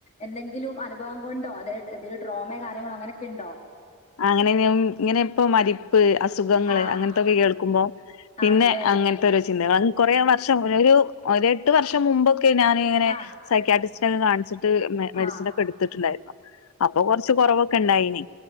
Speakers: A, on the left; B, on the left.
A: എന്തെങ്കിലും അനുഭവം കൊണ്ടോ അതായത് എന്തെലും ട്രോമോ കാര്യങ്ങളോ അങ്ങനെയൊക്കെ ഉണ്ടോ
B: അങ്ങനെ ഇങ്ങനെ ഇപ്പ മരി അസുഖങ്ങള്
A: ആഹ്
B: അങ്ങനത്തൊക്കെ കേൾക്കുമ്പോൾ പിന്നെ
A: ആണ്ല്ലേ
B: അങ്ങനെ ല്ലാതെ ഒരു ചിന്തകൾ കുറെേ വർഷം ഒരു എട്ട് വർഷം മുമ്പൊക്കെ ഞാന ഇങ്ങനെ
A: ആഹ്
B: സൈക്കയാറ്റിസ്റ്റിനൊക്കെ കാണിച്ചിട്ട് മെഡിസിന
A: ആഹ്
B: ഒക്കെ എടുത്തിട്ടുണ്ടായിരുന്നു അപ്പൊ കൊറച്ച് കുറവൊക്കെ ഉണ്ടായിന